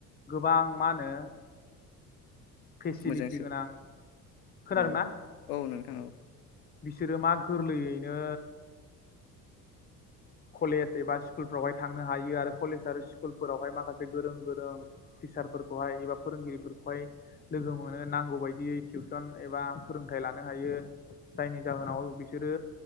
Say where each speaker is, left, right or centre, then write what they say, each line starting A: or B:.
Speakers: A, on the left; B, on the left.
A: गोबां मा होनो फेसिलिटि
B: मोजांसो
A: गोनां खोनादोंना
B: औ औ नों औ
A: बिसोरो मा गोरलैयैनो कलेज एबा स्कुलफोरावहाय थांनो हायो आरो कलेज आरो स्कुलफोरावहाय माखासे गोरों गोरों टिचारफोरखौहाय एबा फोरोंगिरिफोरखौहाय लोगो मोनो नांगौ बायदियै टिउसन एबा फोरोंथायाइ लानो हायो जायनि जाहोनाव बिसोरो